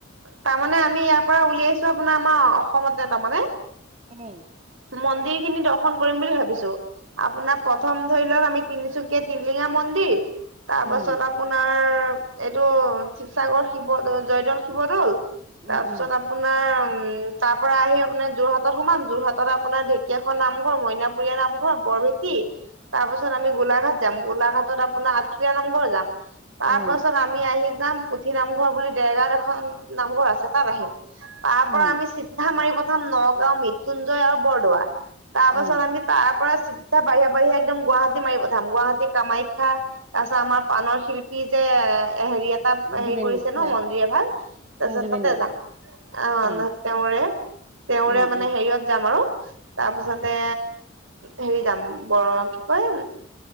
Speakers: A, on the right; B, on the right.
A: তাৰমানে আমি ইয়াৰ পৰা উলিয়াইছো আপোনাৰ আমাৰ অসমতে তাৰমানে।
B: উম।
A: মন্দিৰ খিনি দৰ্শন কৰিম বুলি ভাবিছো। আপোনাৰ প্ৰথম ধৰি লওক আমি তিনিচুকীয়া তিলিঙা মন্দিৰ তাৰপাছত
B: উম
A: আপোনাৰ এইটো শিৱসাগৰ শিৱদৌল জয়দৌল শিৱদৌল তাৰপিছত
B: উম উম
A: আপ আপোনাৰ তাৰপৰা আহি আপোনাৰ যোৰহাটত সোমাম, যোৰহাটত আপোনাৰ ঢেকীয়াখুৱা নামঘৰ মইনাপুৰীয়া নামঘ ঘৰ বৰভেটি তাৰ পাছত আমি গোলাঘাট যাম, গোলাঘাটত আপোনাৰ আষ্ট্ৰিয়ীয়া নামঘৰ যাম। তাৰ
B: উম
A: পাছত আমি আহি যাম পুথি নামঘৰ বুলি দেৰগাঁওত এখন নামঘৰ আছে তাত আহিম। তাৰ পৰা
B: উম
A: আমি চিধা মাৰি পঠাম নগাঁও মৃত্যুঞ্জয় আৰু বৰদোৱা। তাৰপাছত
B: উম
A: আমি তাৰপৰা চিধা বাহিৰে বাহিৰে একদম গুৱাহাটী মাৰি পঠাম গুৱাহাটী কামাখ্যা তাৰপিছত আমাৰ পাণৰ শিল্পী যে এ হেৰি এটা হেৰি
B: জুবিন
A: কৰিছে ন
B: দা
A: মন্দিৰ এভাগ তাৰপিছত
B: উম, জুবিন
A: তাতে
B: দা
A: যাম। অ
B: উম।
A: তেওঁৰে তেওঁৰে
B: উম,
A: মানে
B: উম,
A: হেৰিয়ত যাম আৰু, তাৰপিছতে হেৰি যাম বৰ কি কয়